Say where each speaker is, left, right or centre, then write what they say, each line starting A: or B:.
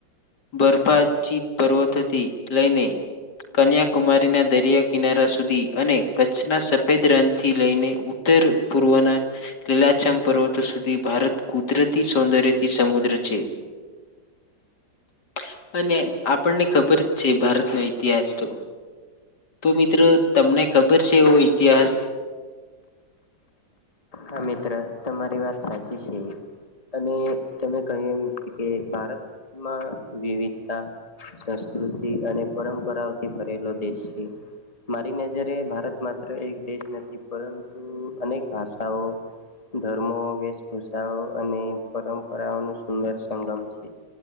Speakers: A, on the left; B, on the left.
A: બરફા ચીત પર્વતોથી લઈને કન્યાકુમારીના દરિયા કિનારા સુધી અને કચ્છના સફેદ રન થી લઈને ઉત ત્તર પૂર્વના લીલાછમ પર્વતો સુધી ભારત કુદરતી સૌંદર્યથી સમુદ્ર છે <inaudible> અને આપણને ખબર જ છે ભારતનો ઈતિહાસ તો તો મિત્રો તમને ખબર છે એવો ઇતિહાસ
B: હા મિત્ર તમારી વાત સાચી છે અને તમે કહ્યું એમ કે ભારતમાં વિવિધતા સસ કૃતિ અને પરંપરાઓથી ભરેલો દેશ છે મારી નજરે ભારત માત્ર એક દેશ નથી પરંતુ અનેક ભાષાઓ ધર્મો વેશભૂષાઓ અને પરંપરાઓનું સુંદર સંગમ છે